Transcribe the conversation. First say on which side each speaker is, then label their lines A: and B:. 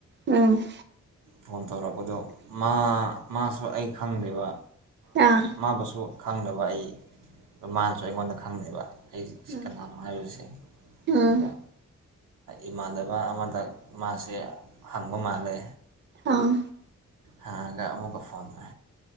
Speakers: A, on the right; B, on the right.
A: ꯑꯝ
B: ꯐꯣꯟ ꯇꯧꯔꯛꯄꯗꯣ ꯃꯥ ꯃꯥꯁꯨ ꯑꯩ ꯈꯪꯗꯦꯕ
A: ꯑꯥ
B: ꯃꯥꯕꯨꯁꯨ ꯈꯪꯗꯅꯕ ꯑꯩꯃꯥꯟꯁꯨ ꯑꯩꯉꯣꯟꯗ ꯈꯪꯗꯕ ꯑꯩ ꯁꯤ
A: ꯎꯝ
B: ꯀꯅꯥꯅꯣ ꯍꯥꯏꯔꯤꯁꯦ ꯑꯗꯨꯒ
A: ꯎꯝ
B: ꯏꯃꯥꯟꯅꯕ ꯑꯃꯗꯛ ꯃꯥꯁꯦ ꯍꯪꯕ ꯃꯥꯜꯂꯦ
A: ꯑꯥ
B: ꯍꯒ ꯑꯃꯨꯒ ꯐꯣꯟꯗ